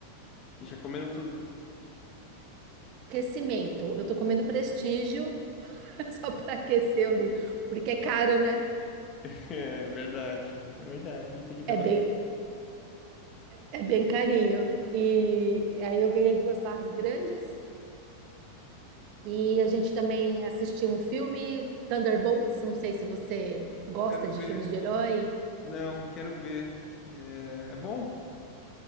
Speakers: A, on the left; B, on the right.
A: E já comeram tudo.
B: de aquecimento. Eu tô comendo Prestígio <laughs> só para aquecer ali, porque é caro, né?
A: <laughs> É verdade, é verdade. Tem que dar
B: É
A: uma.
B: bem, é bem carinho. E aí eu ganhei duas barras grandes e a gente também assistiu um filme, Thunderbolts. Não sei se você gosta
A: Quero
B: de
A: ver.
B: filmes de herói.
A: Não, quero ver. É, é bom?